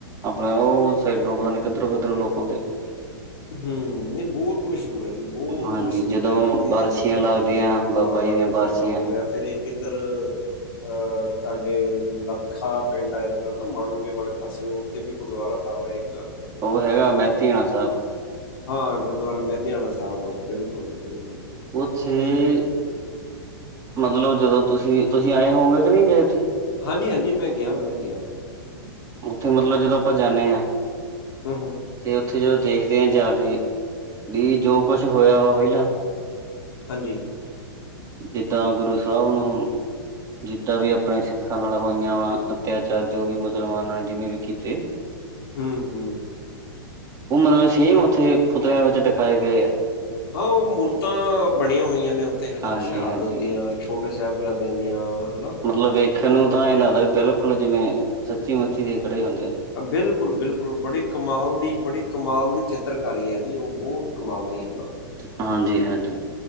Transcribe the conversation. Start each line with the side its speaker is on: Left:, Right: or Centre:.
Right: ਆਪਣੇ ਉਹ ਸਾਈਡੋ ਪਤਾ ਨੀ ਕਿੱਧਰੋਂ-ਕਿੱਧਰੋਂ ਲੋਕ ਆਉਂਦੇ।
Left: ਹਮ, ਨਹੀਂ ਬਹੁਤ ਮਸ਼ਹੂਰ ਹੈ ਜੀ। ਬਹੁਤ
Right: ਹਾਂਜੀ
Left: ਮਸ਼ਹੂਰ
Right: ਜਦੋਂ
Left: ਜਗ੍ਹਾ ਨੇ,
Right: ਬਾਰਸ਼ੀਆਂ
Left: ਇਹ ਹਨਾ
Right: ਲੱਗਦੀਆਂ
Left: ਗੁਰਦੁਆਰਾ
Right: ਬਾਬਾ
Left: ਨਾਨਕਸਰ
Right: ਜੀ ਦੀਆਂ ਬਾਰਸ਼ੀਆਂ
Left: ਸਾਹਿਬ ਹੋ ਗਿਆ ਫਿਰ ਇੱਕ ਕਿੱਧਰ ਅਹ ਤੁਹਾਡੇ ਲਕ ਖਾ ਪਿੰਡ ਇਹ ਇੱਧਰ ਨਾ ਮਾਣੂਕੇ ਵਾਲੇ ਪਾਸੇ, ਉੱਥੇ ਵੀ ਗੁਰਦੁਆਰਾ ਸਾਹਿਬ ਹੈ ਇੱਕ
Right: ਉਹ ਹੈਗਾ ਮੈਂਧੀਆਂਣਾ
Left: ਅ,
Right: ਸਾਹਿਬ।
Left: ਹਾਂ ਗੁਰਦੁਆਰਾ ਮਹਿਧਿਆਣਾ ਸਾਹਿਬ ਬਿਲਕੁਲ, ਬਿਲਕੁਲ, ਬਿਲਕੁਲ।
Right: ਉੱਥੇ
Left: ਨਾ ਵੀ ਮੈਂ ਗਿਆ
Right: <inaudible> ਮਤਲਬ ਜਦੋਂ ਤੁਸੀਂ, ਤੁਸੀਂ ਆਏ ਹੋਗੇ ਕਿ ਨਹੀਂ ਏਥੇ।
Left: ਹਾਂਜੀ-ਹਾਂਜੀ ਮੈਂ ਗਿਆ, ਮੈਂ ਗਿਆ।
Right: ਉੱਥੇ ਮਤਲਬ ਜਦੋਂ ਆਪਾਂ ਜਾ ਨੇ ਆ।
Left: ਹਮ, ਹਮ
Right: ਤੇ ਉੱਥੇ ਜਦੋਂ ਦੇਖਦੇ ਆ ਜਾ ਕੇ, ਵੀ ਜੋ ਕੁਛ ਹੋਇਆ ਵਾ ਪਹਿਲਾਂ
Left: ਹਾਂਜੀ।
Right: ਜਿੱਦਾਂ ਗੁਰੂ ਸਾਹਿਬ ਨੂੰ ਜਿੱਦਾਂ ਵੀ ਆਪਣੇ ਸਿੱਖਾਂ ਨਾਲ ਹੋਈਆਂ ਵਾ ਅੱਤਿਆਚਾਰ ਜੋ ਵੀ ਮੁਸਲਮਾਨਾਂ ਨੇ ਜਿਵੇਂ ਵੀ ਕੀਤੇ <inaudible>
Left: ਹਮ, ਹਮ।
Right: ਉਹ ਮਤਲਬ ਸੇਮ ਉੱਥੇ ਪੁਤਲਿਆਂ ਵਿੱਚ ਦਿਖਾਏ ਗਏ ਆ।
Left: ਹਾਂ ਉਹ ਮੂਰਤਾਂ ਬਣੀਆਂ ਹੋਈਆਂ ਨੇ ਉੱਥੇ ਹੈਨਾ
Right: ਹਾਂਜੀ-ਹਾਂਜੀ
Left: ਸ਼ਹਾਦਤ ਦੀਆਂ। ਛੋਟੇ ਸਾਹਿਬਜ਼ਾਦਿਆਂ ਦੀਆਂ ਹੈਨਾ।
Right: ਮਤਲਬ ਵੇਖਣ ਨੂੰ ਤਾਂ ਇਹ ਲੱਗਦਾ ਵੀ ਬਿਲਕੁਲ ਜਿਵੇਂ ਸੱਚੀ ਮੁੱਚੀ ਦੇ ਖੜੇ ਹੀ ਹੁੰਦੇ ਆ।
Left: ਬਿਲਕੁਲ, ਬਿਲਕੁਲ ਬੜੀ ਕਮਾਲ ਦੀ ਬੜੀ ਕਮਾਲ ਦੀ ਚਿੱਤਰਕਾਰੀ ਐ ਜੀ, ਉਹ ਬਹੁਤ ਕਮਾਲ ਦੀ ਹੈਨਾ।
Right: ਹਾਂਜੀ-ਹਾਂਜੀ।